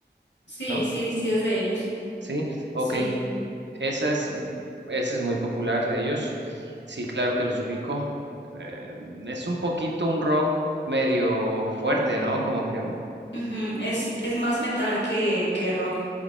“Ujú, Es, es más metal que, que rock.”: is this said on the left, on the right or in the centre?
Left